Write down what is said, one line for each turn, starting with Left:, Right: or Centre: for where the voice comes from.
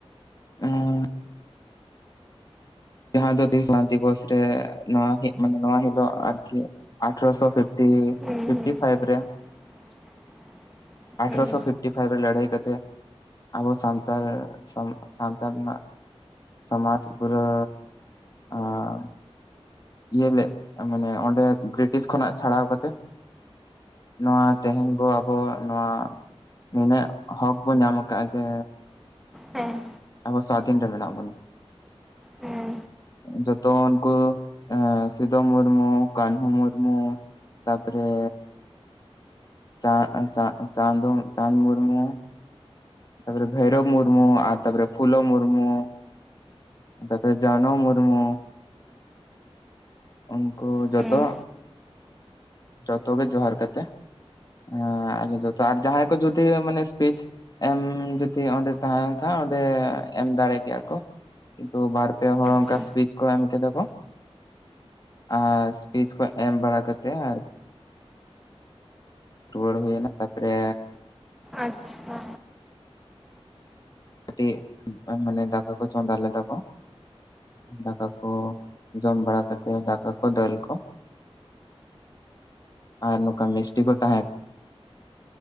Left: <unintelligible> ᱡᱟᱦᱟᱸ ᱫᱚ ᱫᱤᱥ ᱟᱱ ᱫᱤᱵᱚᱥ ᱨᱮ ᱱᱚᱣᱟ ᱦᱮᱜ ᱢᱟᱱᱮ ᱱᱚᱣᱟ ᱦᱤᱞᱳᱜ ᱟᱨᱠᱤ ᱟᱴᱷᱨᱚ ᱥᱚ ᱯᱷᱤᱯᱴᱤ,
Centre: ᱦᱮᱸ
Left: ᱯᱷᱤᱯᱴᱤ ᱯᱷᱟᱭᱤᱵ ᱨᱮ
Centre: <inaudible>
Left: ᱟᱴᱷᱨᱚ
Centre: ᱦᱮᱸ
Left: ᱥᱚ ᱯᱷᱤᱯᱴᱤ ᱯᱷᱟᱭᱤᱵ ᱨᱮ ᱞᱟᱹᱰᱷᱟᱹᱭ ᱠᱟᱛᱮ ᱟᱵᱚ ᱥᱟᱱᱛᱟᱞ, ᱥᱟᱱᱛᱟᱞ ᱨᱮᱱᱟᱜ ᱥᱚᱢᱟᱡᱽ ᱯᱩᱨᱟᱹᱻ ᱟᱸ ᱤᱭᱟᱹ ᱞᱮᱜ ᱢᱟᱱᱮ ᱚᱸᱰᱮ ᱵᱨᱤᱴᱤᱥ ᱠᱷᱚᱱᱟᱜ ᱪᱷᱟᱲᱟᱣ ᱠᱟᱛᱮ ᱱᱚᱣᱟ ᱛᱮᱦᱮᱧ ᱵᱚ ᱟᱵᱚᱣᱟᱜ ᱱᱚᱣᱟ ᱱᱤᱱᱟᱹᱜ ᱦᱚᱸᱠ ᱵᱚ ᱧᱟᱢ ᱠᱟᱜ-ᱟ ᱡᱮ
Centre: ᱦᱮᱸ
Left: ᱟᱵᱚ ᱥᱟᱣᱫᱷᱤᱱ ᱨᱮ ᱢᱮᱱᱟᱜ ᱵᱚᱱᱟ᱾
Centre: ᱦᱮᱸ
Left: ᱡᱚᱛᱚ ᱩᱱᱠᱩ ᱥᱤᱫᱚ ᱢᱩᱨᱢᱩ, ᱠᱟᱱᱦᱩ ᱢᱩᱨᱢᱩ ᱛᱟᱯᱚᱨᱮ ᱪᱟ ᱪᱟ ᱪᱟᱸᱫᱩ ᱪᱟᱸᱫ ᱢᱩᱨᱢᱩ ᱛᱟᱯᱚᱨᱮ ᱵᱷᱟᱹᱭᱨᱚᱵᱽ ᱢᱩᱨᱢᱩ ᱟᱨ ᱛᱟᱯᱚᱨᱮ ᱯᱷᱩᱞᱚ ᱢᱩᱨᱢᱩ <unintelligible> ᱡᱟᱱᱚ ᱢᱩᱨᱢᱩ, ᱩᱱᱠᱩ ᱡᱚᱛᱚ
Centre: ᱦᱮᱸ
Left: ᱡᱚᱛᱚ ᱜᱮ ᱡᱚᱦᱟᱨ ᱠᱟᱛᱮ ᱦᱮᱸ ᱟᱞᱮ ᱡᱚᱛᱚ ᱟᱨ ᱡᱟᱦᱟᱸᱭ ᱠᱚ ᱡᱩᱫᱤ ᱢᱟᱱᱮ ᱤᱥᱯᱤᱪ ᱮᱢ ᱡᱩᱫᱤ ᱚᱸᱰᱮ ᱛᱟᱸᱦᱮᱱ ᱠᱷᱟ ᱚᱸᱰᱮ ᱮᱢ ᱫᱟᱲᱮ ᱠᱮᱭᱟ ᱠᱚ, ᱠᱤᱱᱛᱩ ᱵᱟᱨ ᱯᱮ ᱦᱚᱲ ᱚᱝᱠᱟ
Centre: ᱦᱮᱸ
Left: ᱤᱥᱯᱤᱪ ᱠᱚ ᱮᱢ ᱠᱮᱫᱟ ᱠᱚ, ᱟᱨ ᱤᱥᱯᱤᱪ ᱠᱚ ᱮᱢ ᱵᱟᱲᱟ ᱠᱟᱛᱮ ᱟᱨ ᱨᱩᱣᱟᱹᱲ ᱦᱩᱭ ᱱᱟ ᱛᱟᱯ ᱨᱮ
Centre: ᱟᱪ ᱪᱷᱟ
Left: ᱠᱟᱹᱴᱤᱜ ᱢᱟᱱᱮ ᱫᱟᱠᱟ ᱠᱚ ᱪᱚᱫᱟ ᱞᱮᱫᱟ ᱠᱚ, ᱫᱟᱠᱟ ᱠᱚ ᱡᱚᱢ ᱵᱟᱲᱟ ᱠᱟᱛᱮ ᱫᱟᱠᱟ ᱠᱚ ᱫᱟᱹᱞ ᱠᱚ ᱟᱨ ᱱᱚᱠᱟ ᱢᱤᱥᱴᱤ ᱠᱚ ᱛᱟᱦᱮᱸ